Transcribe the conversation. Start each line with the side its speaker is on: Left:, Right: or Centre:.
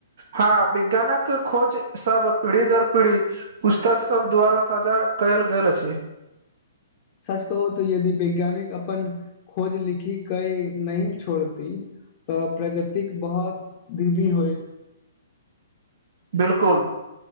Right: हँ विज्ञानक खोज सब पीढ़ी दर पीढ़ी पुस्तक सब द्वारा साझा कयल गेल अछि
Left: सच कहो त यदि वैज्ञानिक अपन खोज लिखी कई नहि छोड़ती तऽ प्रगति के बहुत धीमी होइत
Right: बिलकुल